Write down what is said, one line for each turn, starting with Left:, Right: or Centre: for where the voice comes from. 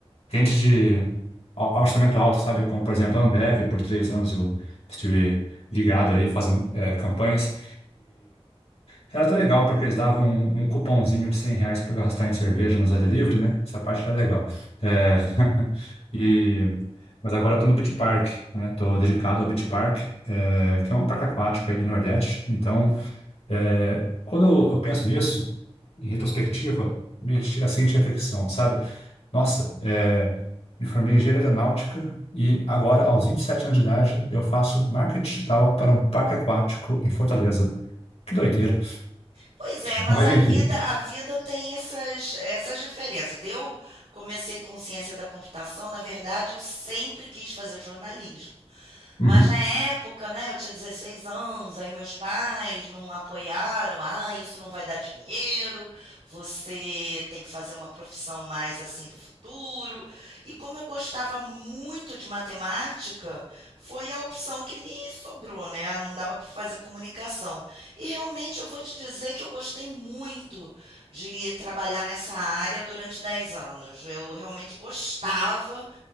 Left: clientes de or- orçamento alto, sabe? Como, por exemplo, a Ambev, por três anos eu estive ligado aí fazendo é, campanhas. Era até legal porque eles davam um, um cupomzinho de 100 reais para gastar em cerveja no Zé Delivery, né? Essa parte era legal. É, <laughs> e, mas agora eu tô no Beach Park, né? Tô dedicado ao Beach Park, é, que é um parque aquático aí do Nordeste. Então, é, quando eu, eu penso nisso, em retrospectiva, me chega a seguinte reflexão, sabe? Nossa, é, me formei em engenharia aeronáutica e agora, aos 27 anos de idade, eu faço marketing digital para um parque aquático em Fortaleza. Que doideira.
Right: Pois é, mas
Left: Mas,
Right: a
Left: enfim,
Right: vida, a vida tem essas, essas diferenças. Eu comecei com ciência da computação, na verdade, eu sempre quis fazer jornalismo. Mas
Left: Uhum,
Right: na época, né, eu tinha 16 anos, aí meus pais não apoiaram. Ah, isso não vai dar dinheiro, você tem que fazer uma profissão mais assim do futuro. E como eu gostava muito de matemática, foi a opção que me sobrou, né? Não dava para fazer comunicação. E realmente eu vou te dizer que eu gostei muito de trabalhar nessa área durante 10 anos. Eu realmente gostava